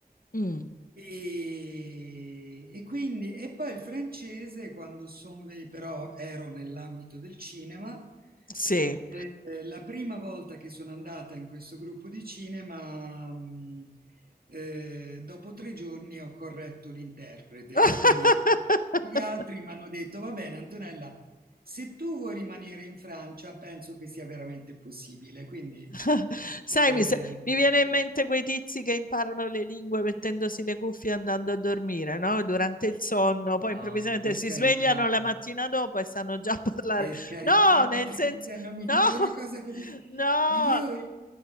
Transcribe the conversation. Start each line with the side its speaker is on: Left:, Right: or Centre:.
Left: Mm.
Right: e, e quindi, e poi il francese, quando son ve- però ero nell'ambito del cinema,
Left: Sì.
Right: eh, eh, la prima volta che sono andata in questo gruppo di cinema, mh, eh, dopo tre giorni ho corretto l'interprete,
Left: <laughs>
Right: quindi gli altri mi hanno detto, va bene, Antonella, se tu vuoi rimanere in Francia, penso che sia veramente possibile, quindi...
Left: <laughs> Sai,
Right: Eh,
Left: mi, se- mi viene in mente quei tizi che imparano le lingue mettendosi le cuffie e andando a dormire, no? Durante il sonno, poi
Right: no,
Left: improvvisamente
Right: per
Left: si
Right: carità,
Left: svegliano la mattina dopo e sanno già <laughs> parlare.
Right: Per carità,
Left: No,
Right: Patrizia,
Left: nel senso,
Right: non mi dire
Left: no,
Right: una cosa
Left: <laughs>
Right: così.
Left: no,
Right: Io,